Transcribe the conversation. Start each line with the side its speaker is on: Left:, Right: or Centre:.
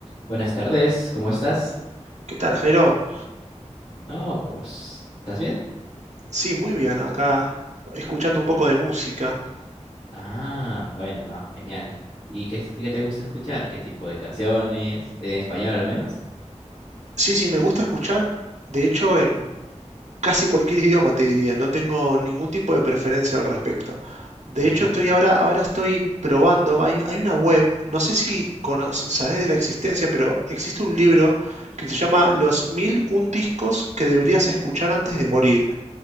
Left: Buenas tardes, ¿cómo estás?
Right: ¿Qué tal, Jairo?
Left: No, pues, ¿estás bien?
Right: Sí, muy bien, acá escuchando un poco de música.
Left: Ah, bueno, no, genial. ¿Y qué, es- qué te gusta escuchar? ¿Qué tipo de canciones? ¿En español al menos?
Right: Sí, sí, me gusta escuchar, de hecho, en casi cualquier idioma te diría, no tengo ningún tipo de preferencia al respecto. De
Left: Ah,
Right: hecho, estoy ahora, ahora estoy probando, hay, hay una web, no sé si conoces, sabes de la existencia, pero existe un libro que se llama Los mil un discos que deberías escuchar antes de morir.